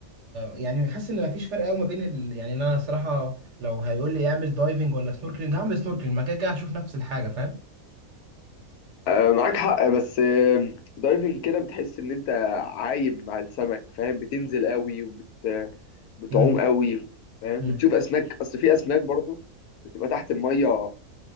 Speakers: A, on the right; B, on the left.
A: يعني حاسس ان مفيش فرق قوي ما بين ال... يعني انا صراحه لو هيقول لي اعمل دايفنج ولا سنوركلينج هعمل سنوركلينج ما كده كده هشوف نفس الحاجه فاهم
B: آه معاك حق بس آه دايفنج كده بتحس ان انت عايم مع السمك فاهم بتنزل قوي وبت بتعوم
A: امم
B: قوي فاهم
A: امم
B: بتشوف اسماك اصل في اسماك برضو بتبقى تحت المية